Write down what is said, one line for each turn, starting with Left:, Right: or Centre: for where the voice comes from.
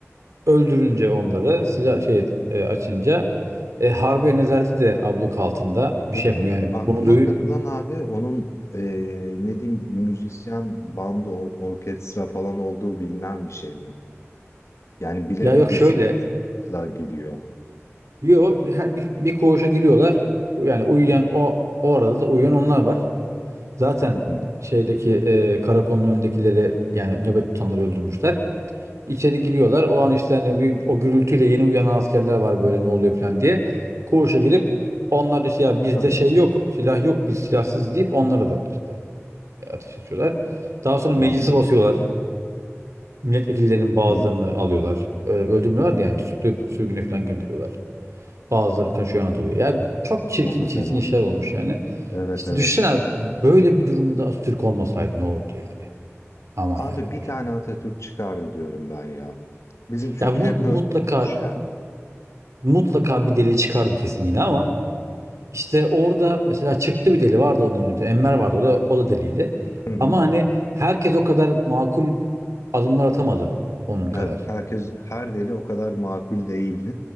Right: öldürünce onları silah şey, eee, açınca, eee, Harbiye Nezareti de abluk altında. Bir
Left: Benim
Right: şey yapamıyor yani
Left: aklıma
Right: bunu duyu
Left: takılan abi onun, eee, ne diyeyim, müzisyen, bandı, or orkestra falan olduğu bilinen bir şey mi? Yani bilerek
Right: Ya, yok
Left: mi
Right: şöyle,
Left: silahlar gidiyor?
Right: yo, bir her bir bir koğuşa giriyorlar. Yani uyuyan o o arada da uyuyan onlar var. Zaten
Left: Hımm.
Right: şeydeki, eee, karakolun önündekileri, yani nöbet tutanları öldürmüşler. İçeri giriyorlar. O an, işte, hani, bir o gürültüyle yeni uyanan askerler var, böyle, "Ne oluyor?" falan diye. Koğuşa girip onlar da, işte, "Ya, bizde
Left: Arıyorlar.
Right: şey yok, silah yok, biz silahsızız." deyip onlara da, işte, e, ateş açıyorlar. Daha sonra meclisi
Left: Anladım.
Right: basıyorlar. Milletvekillerinin bazılarını
Left: Hımm.
Right: alıyorlar. Eee, öldürmüyorlar da, yani, tutuklayıp sürgüne falan gönderiyorlar. Bazıları kaçıyor Anadolu'ya. Ya çok çirkin
Left: O da
Right: çirkin
Left: fena.
Right: işler olmuş yani.
Left: Evet,
Right: İşte
Left: evet.
Right: düşünsene abi, böyle bir durumda Atatürk olmasaydı ne olurdu yani? Aman
Left: Abi
Right: yarabbi.
Left: bir tane Atatürk çıkardı diyorum ben ya. Bizim çünkü
Right: Ya mutlaka
Left: hep öyle olmuş yani.
Right: mutlaka bir deli çıkardı kesin yine ama işte orada mesela çıktı bir deli vardı ondan önce. Enver vardı o da, o da deliydi.
Left: Hı hı.
Right: Ama hani herkes o kadar makul adımlar atamadı onun kadar.
Left: Evet, herkes her deli o kadar makul değil.